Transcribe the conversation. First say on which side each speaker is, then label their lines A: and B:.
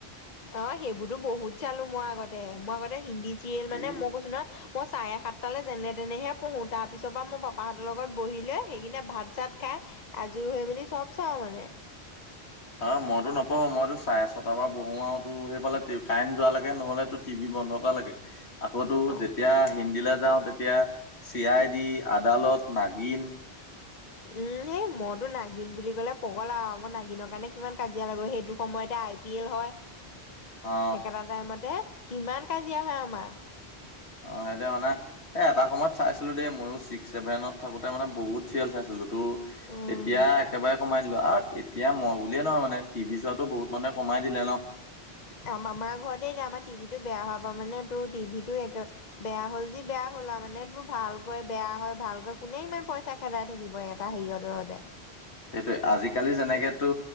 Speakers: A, on the left (about 40°); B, on the left (about 85°).
A: অ' সেইবোৰতো বহুত চালো মই আগতে, মই আগতে হিন্দী চিৰিয়েল মানে
B: এই
A: মই কৈছো নহয় মই চাৰে সাতটালৈ যেনে তেনেহে পঢ়ো। তাৰ পিছৰ পা মো পাপাহঁতৰ লগত বহি লৈ সেইকিনে ভাত চাত খাই আজই হৈ মেলি চব চাওঁ মানে।
B: অ' মইতো নপঢ়ো। মইতো চাৰে ছটা পা পঢ়োঁ আৰুতো সেইফালে কাৰেণ্ট যোৱা লৈকে নহ'লেতো টিভি বন্ধ কৰা লৈকে। আকৌটো
A: অ
B: যেতিয়া হিন্দীলৈ যাওঁ, তেতিয়া C I D, Adaalat, Naagin.
A: উম। সেই মইতো নাগিন বুলি ক'লে পগলা আৰু মই নাগিনৰ কাৰণে কিমান কাজিয়া লাগো। সেইটো সময়তে আই পিএল হয়।
B: অ
A: একেটা টাইমতে কিমান কাজিয়া হয় আমাৰ।
B: অ সেইতিয়া মানে, এ এটা সময়ত চাইছিলো দেই ময়ো ছিক্স ছেভেনত থাকোতে মানে বহুত চিৰিয়েল চাইছিলো। টো
A: উম
B: এতিয়া একেবাৰে কমাই দিলো আও এতিয়া মই বুলিয়ে নহয় মানে টিভি চোৱা বহুত মানুহে কমাই দিলে ন
A: আমাৰ ঘৰতে এতিয়া আমাৰ টিভিটো বেয়া হোৱাৰ পা মানে তোৰ টিভিটো একে বেয়া হ'ল যি বেয়া হ'ল আও মানে তোৰ ভালকৈ বেয়া হয় ভালকৈ কোনে ইমান পইচা খেদাই থাকিব এটা হেৰিয়ঁতে সদায়
B: সেইটোয়ে আজিকালি যেনেকে তো